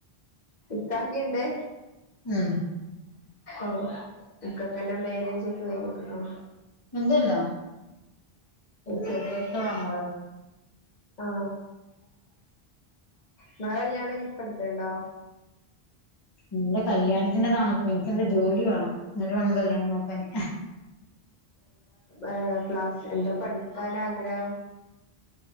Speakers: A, on the left; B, on the left.
A: ഇക്കാക്കയുണ്ട്
B: ഉം
A: ഓ ഇക്കാക്കെന്റെ മാരേജ് ഒക്കെ കഴിഞ്ഞിക്കുണോ
B: എന്തല്ല
A: ശരിയായിക്കും
B: നമ്മള്
A: ആ ഇങ്ങളെ കല്ല്യാണനി ഇപ്പടുത്തുണ്ടോ
B: ഇന്റെ കല്ല്യാണ താണപ്പൊ എനിക്ക് എന്തോ ജോലി വേണം എന്നിട്ട് വേണം കല്യാണം നോക്കാന്
A: ഏ ക്ലാസ് എന്താ പഠിക്കാൻ ആഗ്രഹം